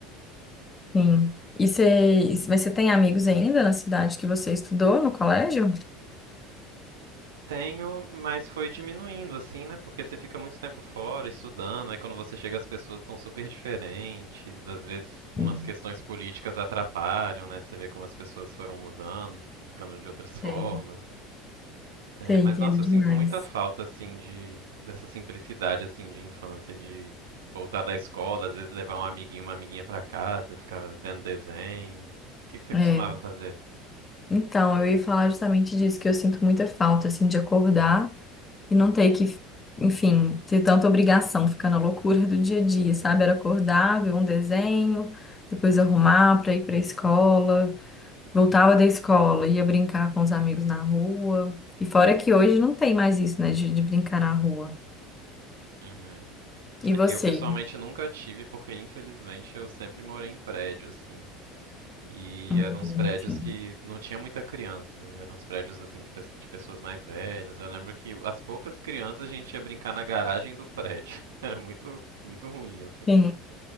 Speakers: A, on the left (about 25°); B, on the right (about 80°).
A: Sim. E você, e se- mas você tem amigos ainda na cidade que você estudou no colégio?
B: Tenho, mas foi diminuindo, assim, né, porque você fica muito tempo fora estudando, aí quando você chega as pessoas estão super diferentes, às vezes umas
A: Sim.
B: questões políticas atrapalham, né, de você ver como as pessoas foram mudando, ficando de outras formas.
A: Tem,
B: É,
A: tem,
B: mas
A: entendo
B: nossa, eu
A: demais.
B: sinto muita falta assim de dessa simplicidade assim de infância, de voltar da escola, às vezes levar um amiguinho, uma amiguinha pra casa, ficar vendo desenho. O que que você
A: É.
B: costumava fazer?
A: Então, eu ia falar justamente disso, que eu sinto muita falta, assim, de acordar. E não ter que, enfim, ter tanta obrigação, ficar na loucura do dia a dia, sabe? Era acordar, ver um desenho, depois arrumar para ir para a escola, voltava da escola, ia brincar com os amigos na rua. E fora que hoje não tem mais isso, né, de, de brincar na rua.
B: Uhum.
A: E
B: É,
A: você?
B: Eu pessoalmente nunca tive, porque infelizmente eu sempre morei em prédio assim. E
A: Hum,
B: eram uns prédios
A: sim.
B: que não tinha muita criança, eram uns prédios assim de, pe- de pessoas mais velhas. Eu lembro que as poucas crianças a gente ia brincar na garagem do prédio. <laughs> Era muito muito ruim assim.
A: Sim.